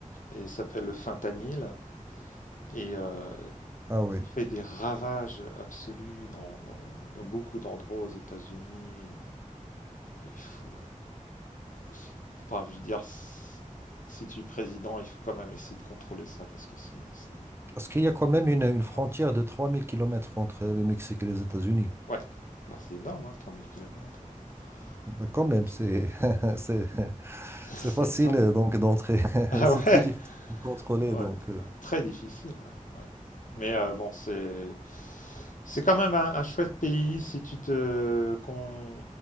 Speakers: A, on the left; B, on the right.
A: et s'appelle le fentanyl, et euh,
B: Ah oui.
A: il fait des ravages absolus dans, dans- dans beaucoup d'endroits aux États-Unis. euh. Il faut, que si- enfin, je veux dire, si, si tu es président, il faut quand même essayer de contrôler ça parce que sinon c'est.
B: Parce qu'il y a quand même une, une frontière
A: Ah,
B: de 3000 kilomètres entre le Mexique et les États-Unis.
A: Ouais, bah, c'est énorme, hein, 3000 kilomètres
B: Bah,
A: <laughs>
B: Quand même, c'est <laughs> c'est
A: C'est
B: c'est facile
A: énorme.
B: euh, donc d'entrer <laughs>
A: Ah
B: et c'est
A: ouais,
B: très difficile de contrôler
A: ouais,
B: donc euh,
A: très difficile, ouais, ouais. Mais euh, bon, c'est c'est quand même un, un chouette pays si tu te qu'on-